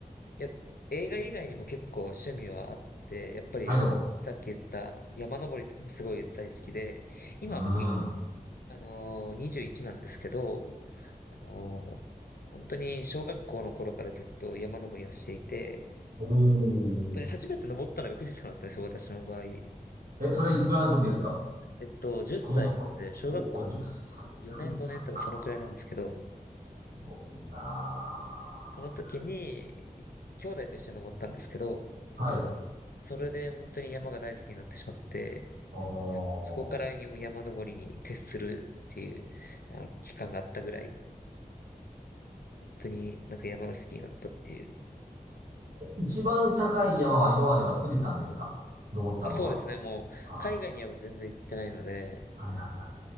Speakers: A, on the left; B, on the right.
A: や、映画以外にも結構趣味はあって、やっぱりさっき言った山登りとかもすごい大好きで、
B: はい、どうぞ。
A: 今僕、
B: うん、うん。
A: あのー、21なんですけど、あのー、本当に小学校の頃からずっと山登りをしていて、
B: おー。
A: 本当に初めて登ったのが富士山だったんですよ、私の場合。
B: え、それいつぐらいの時ですか
A: えっと、10歳なんで、
B: 子供の頃。
A: 小学校
B: おー、10歳、
A: 4年5年とかそのくらいなんですけど、
B: 富士山か。すごいなあ。
A: その時に、い兄弟と一緒に登ったんですけど、
B: はい。
A: それで本当に山が大好きになってしまって、
B: ああ。
A: そ、そこから山登りに徹するっていう、あの、期間があったぐらい、本当になんか山が好きになったっていう。
B: 一番高い山は今までは富士山ですか登ったのは。
A: あ、そうですね、もう、
B: あ、
A: 海外には僕全然行ってないので、
B: はいはいはい。